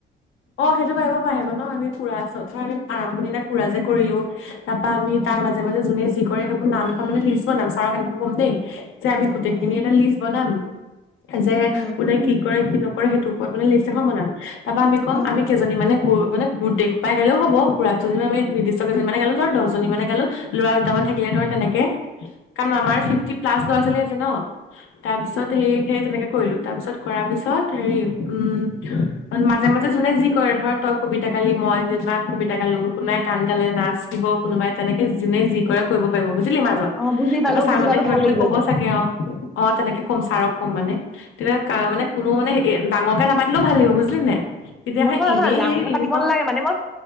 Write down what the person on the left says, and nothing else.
অ সেইটো পাৰিব পাৰিব ন আমি <unintelligible> আমি আৰম্ভণি এটা কুৰা যে কৰিলোঁ। তাপ পা আমি
তাৰ মাজে মাজে যোনে কয়। সেইবোৰ নাম এখন মানে লিছোৱা নাম ছাৰক এনেকৈ ক'ম দেই। যে আমি গোটইখিনি
এটা লিষ্ট। বনাম। যে
কোনে কি কৰে কি নকৰে সেইটোৰ ওপৰত মানে লিষ্ট এখন বনাম, তাৰ পৰা আমি। অৱ
আমি কেইজনী মানে গুৰ মানে গোটেই সোপা গেলেইও হ'ব, <unintelligible> দুজনী আমি নিৰ্দিষ্ট কেইজনী। দহজনী মানে গালো ল'ৰা দুটা মান থাকিলে, নহয় তেনেকে কাৰণ আমাৰ ফিভটি প্লাছ ল'ৰা-ছোৱালী। ন তাৰ পিছত হে সেই তেনেকে কৰিলো তাৰপিছত কৰা পিছত হেৰি উম, মাজে মাজে যোনে যি কৰে ধৰ তই কবিতা গালি মই কবিতা গালো কোনোবাই গান গালে নাচ গালে কোনোবাই তেনেকে যোনে যি কৰে কৰিব পাৰিব বুজিছ। বুজিলি মাজত
তাৰপাছত
ছাৰহতে
কিবা
কিবি
ক'ব
চাগে আও অ তেনেকে কম ছাৰক কম মানে, তেতিয়া মানে কোনো মানে এ ডাঙৰকে নাপাতিলেও ভাল লাগিব বুজিলি নাই তেতিয়া
হে এনেই
হে ইউনিফৰ্ম,